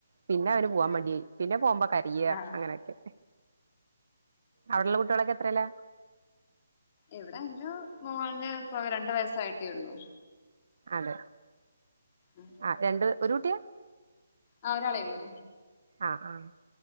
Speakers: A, on the right; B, on the left.
A: പിന്നെ അവന് പോവാൻ
B: ആഹ്
A: മടിയായി പിന്നെ പോവുമ്പോ കര്യ്യാ
B: ആഹ്
A: അങ്ങനെക്കെ അവടുള്ള കുട്ട്യളൊക്കെ എത്രേല്ലാ
B: ഇവടെ ഇന്റെ മോള്ന് ഇപ്പോ ആകെ രണ്ട് വയസ്സായിട്ടേള്ളു
A: അതെ
B: ഉം
A: ആഹ് രണ്ട് ഒരു കുട്ടിയാ
B: ആ ഒരാളെയുളളു
A: ആഹ് ആ